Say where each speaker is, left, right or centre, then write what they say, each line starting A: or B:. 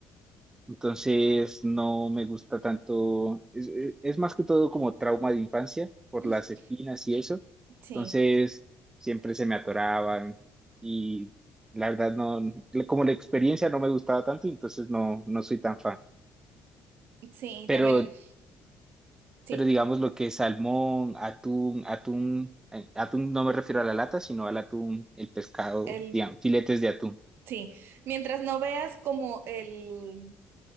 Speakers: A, on the right; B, on the right.
A: Entonces no me gusta tanto, es, es- es más que todo como trauma de infancia por
B: <laughs>
A: las espinas y eso.
B: Sí,
A: Entonces siempre se me atoraban y la verdad no, como la experiencia no me gustaba tanto, entonces no, no soy tan fan.
B: sí,
A: Pero,
B: también, sí,
A: pero digamos lo que es salmón, atún, atún, eh, atún no me refiero a la lata, sino al atún, el pescado,
B: el,
A: digamos, filetes de atún.
B: sí. Mientras no veas como el